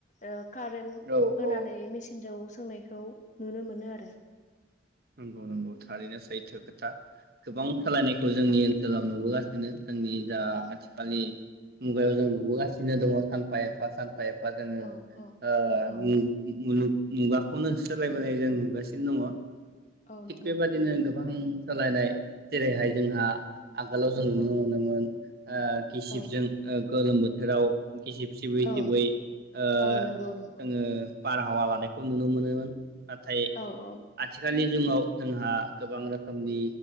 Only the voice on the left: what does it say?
ओ कारेन्ट
होनानै
मेसिनजों सोंनाय खौ नुनो मोनो आरो
औ
औ
औ औ
औ
औ
नंगौ
औ
औ
औ
औ नंगौ नंगौ
औ औ